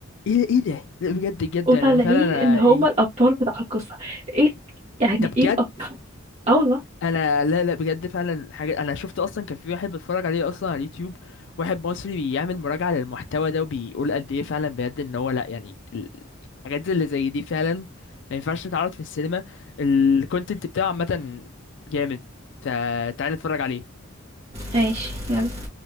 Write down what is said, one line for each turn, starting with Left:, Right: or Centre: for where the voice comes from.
Left: ايه ايه ده لا بجد بجد
Right: وطالعين
Left: يعني انا فعلا أنا
Right: إن هُم
Left: ايه
Right: الأبطال بتاع القصة، إيه يعني
Left: ده بجد
Right: إيه الأبطال آه والله.
Left: انا لا لا بجد فعلا حاجه انا شفت اصلا كان في واحد بتفرج عليه اصلا على اليوتيوب واحد مصري بيعمل مراجعه للمحتوى ده وبيقول قد ايه فعلا بجد ان هو لا يعني ال- الحاجات اللي زي دي فعلا ما ينفعش تتعرض في السينما الكونتنت بتاعه عامه جامد فتعالى نتفرج عليه
Right: ماشي، يلا.